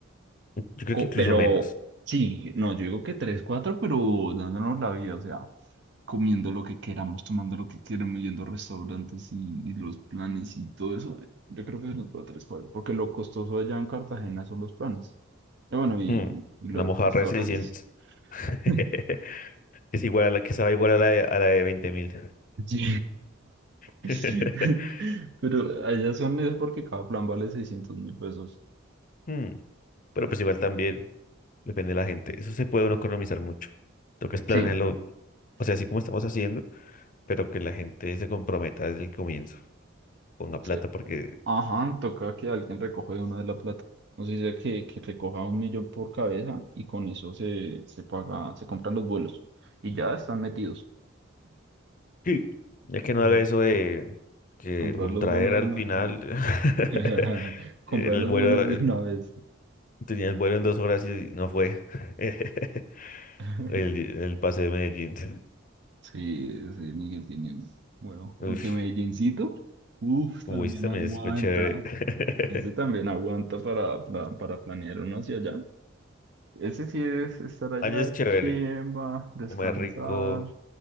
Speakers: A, on the left; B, on the right.
A: yo creo
B: Co-
A: que incluso
B: pero
A: menos.
B: sí, no, yo digo que tres, cuatro, pero dándonos la vida, o sea. comiendo lo que queramos, tomando lo que queramos, yendo a restaurantes y, y los planes y todo eso, yo creo que se nos va a tres cuadros, porque lo costoso allá en Cartagena son los planes. Y bueno, y,
A: Mm,
B: y los
A: La mojarra
B: restaurantes.
A: de 600 <laughs>
B: <laughs>
A: es igual a la que se va igual a la de, a la de 20.000.
B: Sí. <laughs>
A: <laughs>
B: Pero allá son es porque cada plan vale seiscientos mil pesos.
A: Mm, Pero pues igual también depende de la gente. Eso se puede uno economizar mucho. Toca es planearlo
B: Sí.
A: O sea, así como estamos haciendo, pero que la gente se comprometa desde el comienzo, ponga plata,
B: Sí.
A: porque
B: Ajá, toca que alguien recoja de una de la plata. O sea, sea que, que recoja un millón por cabeza y con eso se, se paga, se compran los vuelos y ya están metidos.
A: sí, ya que no
B: La
A: haga eso de que
B: Comprar
A: Ultraer
B: los vuelos
A: al
B: de una...
A: final,
B: Sí.
A: <laughs>
B: <laughs> Comprar
A: el
B: los
A: vuelo,
B: vuelos
A: eh,
B: de una vez.
A: tenía el vuelo en dos horas y no fue <laughs> el,
B: <laughs>
A: el pase de Medellín.
B: Sí, sí, Miguel tiene huevo. Aunque
A: Uf,
B: Medellincito, uff,
A: Wish
B: también
A: también
B: aguanta.
A: fue chévere. <laughs>
B: Ese también aguanta para, para, para planear uno hacia allá. Ese sí es estar allá,
A: Allá es chévere,
B: chimba, descansar
A: comer rico.